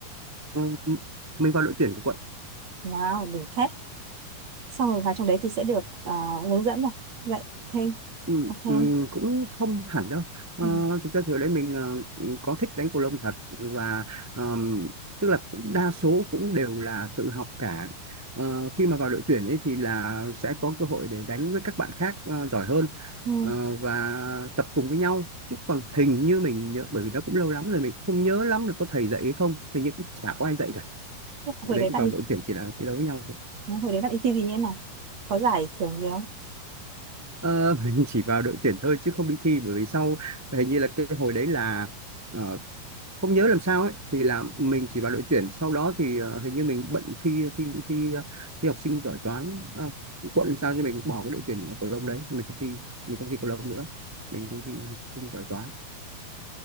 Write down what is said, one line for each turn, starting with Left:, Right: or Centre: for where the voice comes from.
Centre: Ừ, mình vào đội tuyển của quận
Right: wow đỉnh thế xong rồi vào trong đấy thì sẽ được ờ, hướng dẫn rồi dạy thêm
Centre: Ừ,
Right: học thêm
Centre: ừ, cũng không hẳn đâu Ờ,
Right: ừ.
Centre: thực ra thì ở đây mình ờ, có thích đánh cầu lông thật và ờm, tức là cũng đa số cũng đều là tự học cả Ờ, khi mà vào đội tuyển ấy thì là sẽ có cơ hội để đánh với các bạn khác ờ, giỏi hơn
Right: Ừ.
Centre: ờ, và tập cùng với nhau chứ còn hình như mình nhớ bởi vì nó cũng lâu lắm rồi mình cũng không nhớ lắm là có thầy dạy hay không hình như cũng chả có ai dạy cả ở
Right: hồi
Centre: đấy
Right: đấy bạn
Centre: vào
Right: đi
Centre: đội tuyển chỉ là chiến đấu với nhau thôi
Right: hồi đấy bạn đi thi gì nhé nào có giải thưởng gì không
Centre: Ờ, <laughs> mình chỉ vào đội tuyển thôi chứ không đi thi bởi vì sau hình như là cái hồi đấy là ờ, không nhớ làm sao ấy thì là mình chỉ vào đội tuyển sau đó thì ờ, hình như mình bận thi thi thi ờ, thi học sinh giỏi toán à, quận sao cho mình bỏ cái đội tuyển cầu lông đấy mình không thi mình không thi cầu lông nữa mình đi thi học sinh giỏi toán